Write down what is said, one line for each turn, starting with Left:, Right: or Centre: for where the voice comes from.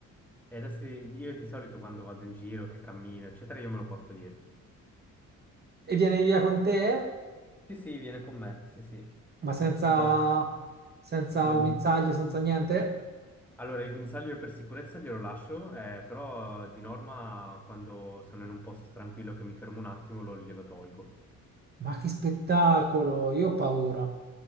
Centre: E adesso io di solito quando vado in giro, che cammino, eccetera, io me lo porto dietro.
Right: E viene via con te?
Centre: Sì, sì, viene con me, sì, sì.
Right: Ma senza,
Centre: No.
Right: senza
Centre: L'ho
Right: guinzaglie,
Centre: abi-
Right: senza niente?
Centre: Allora, il guinzaglio per sicurezza glielo lascio, eh, però di norma quando sono in un posto tranquillo che mi fermo un attimo lo- glielo tolgo
Right: Ma che spettacolo! Io ho paura.